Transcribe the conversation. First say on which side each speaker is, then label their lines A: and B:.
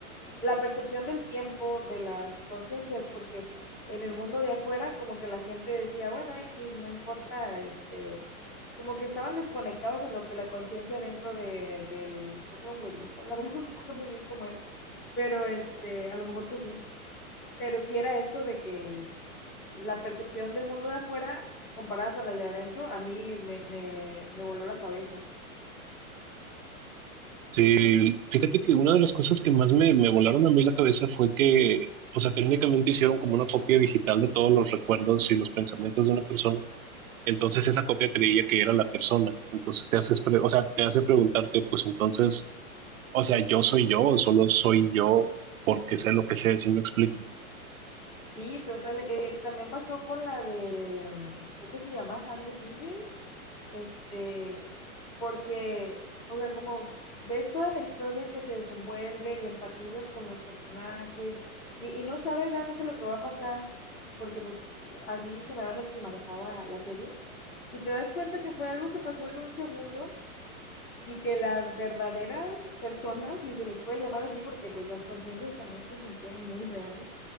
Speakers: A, on the left (about 75°); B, on the right (about 65°).
A: la percepción del tiempo de las conciencias, porque en el mundo de afuera como que la gente decía, bueno, X, no importa, este, como que estaban desconectados en lo que la conciencia dentro de, del, creo que era un huevito, la verdad <laughs> no me acuerdo muy bien cómo era, pero este, a lo mejor tú sí, pero sí era esto de que la percepción del mundo de afuera comparada con la de adentro, a mí me, me, me voló la cabeza.
B: Sí, fíjate que una de las cosas que más me, me volaron a mí la cabeza fue que, o sea, técnicamente hicieron como una copia digital de todos los recuerdos y los pensamientos de una persona Entonces esa copia creía que era la persona. Entonces te haces, pre- o sea, te hace preguntarte, pues entonces, o sea, yo soy yo o solo soy yo porque sé lo que sé, si me explico.
A: Sí, total. eh, también pasó con la de, mm, creo que se llama Hand the DJ, este, porque, o sea, como ves toda la historia que se desenvuelve y empatizas con los personajes y, y no sabes realmente lo que va a pasar, porque pues así generalmente se manejaba la serie, y te das cuenta que fue algo que pasó en un segundo y que las verdaderas personas, si se les puede llamar así, porque pues las conciencias también se sentían muy reales,